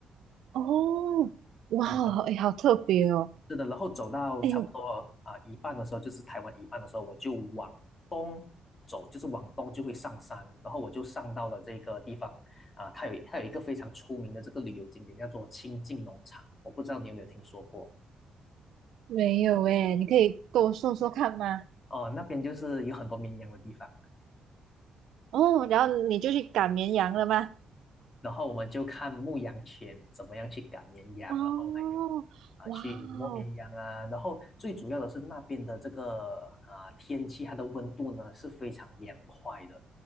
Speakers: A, on the right (about 80°); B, on the left (about 30°).
A: 哦，哇哦，
B: 嗯，
A: 哎，好特别哦，
B: 是的，然后走到差不多啊、
A: 哎，
B: 呃一半的时候，就是台湾一半的时候，我就往东走，就是往东就会上山，然后我就上到了这个地方啊、它有它有一个非常出名的这个旅游景点，叫做清境农场，我不知道你有没有听说过
A: 没有哎，你可以跟我说说看吗？
B: 哦、那边就是有很多绵羊的地方。
A: 哦，然后你就去赶绵羊了吗？
B: 然后我们就看牧羊犬怎么样去赶绵羊，
A: 哦，
B: 然后还有啊去摸绵羊啊，
A: 哇哦，
B: 然后最主要的是那边的这个啊天气，它的温度呢是非常凉快的，